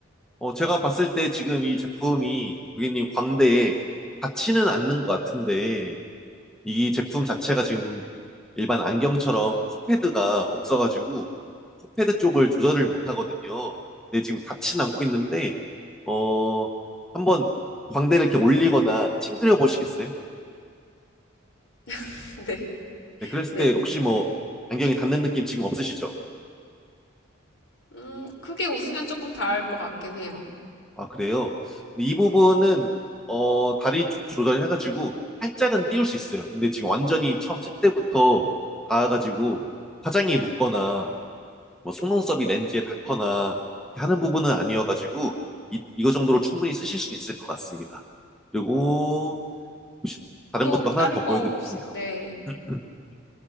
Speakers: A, in the centre; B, on the left (about 65°).
A: 어, 제가 봤을 때 지금 이 제품이 고객님 광대에 닿지는 않는 것 같은데 이 제품 자체가 지금 일반 안경처럼 코패드가 없어가지고 코패드 쪽을 조절을 못 하거든요. 근데 지금 닿진 않고 있는데, 어, 한번 광대를 이렇게 올리거나 찡그려 보시겠어요?
B: <laughs> 네,
A: 네, 그랬을
B: 네.
A: 때 혹시 뭐 안경이 닿는 느낌 지금 없으시죠?
B: 음, 크게 웃으면 조금 다를 것 같긴 해요.
A: 아, 그래요? 근데 이 부분은, 어, 다리 쪽 조절해가지고 살짝은 띄울 수 있어요. 근데 지금 완전히 처음 쓸 때부터 닿아가지고 화장이 묻거나 뭐 속눈썹이 렌즈에 닿거나 하는 부분은 아니어가지고 이, 이거 정도로 충분히 쓰실 수는 있을 것 같습니다. 그리고 혹시 다른
B: 또
A: 것도 하나
B: 다른
A: 더 보여드릴게요.
B: 거 없, 네.
A: <clears throat> <laughs>